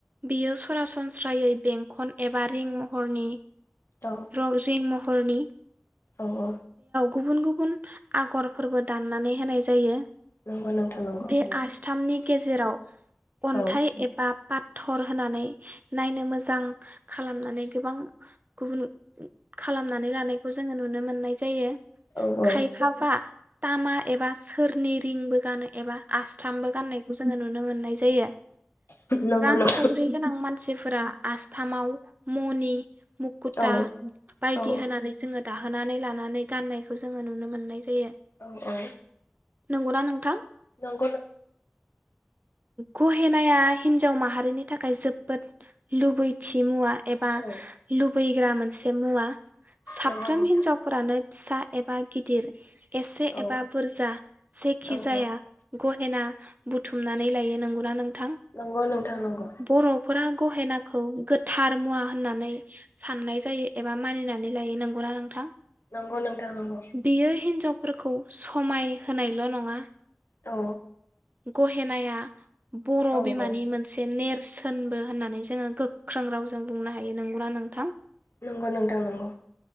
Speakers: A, on the right; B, on the left.
A: बियो सरासनस्रायै बेंकखन एबा रिं महरनि
B: औ
A: रंजिम मह हरनि
B: औ औ
A: गुबुन गुबुन आगरफोरबो दाननानै होनाय जायो
B: नंगौ नोंथां नंगौ
A: बे आसथामनि गेजेराव अन्थाइ
B: औ
A: एबा पाथर होनानै नायनो मोजां खालामनानै गोबां गुबुन खालामनानै लानाय खौ जोङो नुनो मोननाय जायो।
B: औ औ
A: खायफाबा तामा एबा सोरनि रिंबो गानो एबा आसथामबो गाननायखौ जोङो नुनो मोननाय जायो
B: नंगौ
A: रांखावरि
B: नों
A: गोनां मानसिफोरा आस थामाव मनि मुुखुथा
B: औ
A: बायदि
B: औ
A: होनानै जोङो दाहोनानै लानानै गाननायखौ जोङो नुनो मोननाय जायो।
B: औ औ
A: नंगौना नोंथां
B: नंगौ
A: गहेनाया हिन्जाव माहारिनि थाखाय जोबोद लुबैथि मुवा एबा
B: औ
A: लुबैग्रा मोनसे मुवा साफ्रोम
B: नंगौ नोंथां
A: हिन्जावफोरानो फिसा एबा गिदिर <inaudible> एसे
B: औ
A: एबा बुरजा जायखि
B: औ
A: जाया गहेना बुथुम नानै लायो नोंगौ नों थां
B: नंगौ नोंथां नंगौ
A: बर'फोरा गहेनाखौ गोथार मुवा होननानै साननाय जायो एबा मानिनानै लायो नंगौना नोंथां
B: नंगौ नोंथां नंगौ
A: बियो हिनजावफोरखौ खौ समाय होनायल' नङा
B: औ।
A: गहेनाया बर'
B: औ
A: बिमानि
B: औ
A: मोनसे नेरसोन होनबो होननानै जोङो गोख्रों रावजों बुंनो हायो नंगौना नोंथां?
B: नंगौ नोंथां नंगौ।